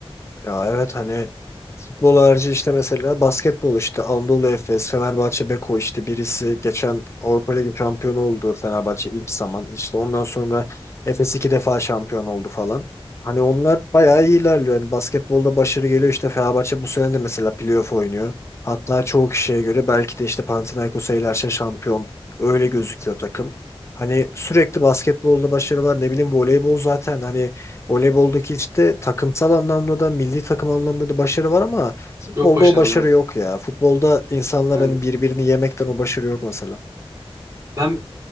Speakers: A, on the left; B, on the right.
A: Ya evet hani futbol harici işte mesela basketbol işte Anadolu Efes, Fenerbahçe, Beko işte birisi geçen Avrupa Ligi şampiyonu oldu Fenerbahçe ilk zaman. İşte ondan sonra Efes iki defa şampiyon oldu falan. Hani onlar bayağı iyi ilerliyor. Hani basketbolda başarı geliyor işte Fenerbahçe bu sene de mesela playoff oynuyor. Hatta çoğu kişiye göre belki de işte Panathinaikos'a ilerse şampiyon öyle gözüküyor takım. Hani sürekli basketbolda başarı var ne bileyim voleybol zaten hani Voleyboldaki işte takımsal anlamda da milli takım anlamında da başarı var ama futbolda
B: Yok başarılı
A: o başarı
B: evet.
A: yok ya. Futbolda insanlar
B: Yani
A: hani birbirini yemekten o başarı yok mesela.
B: ben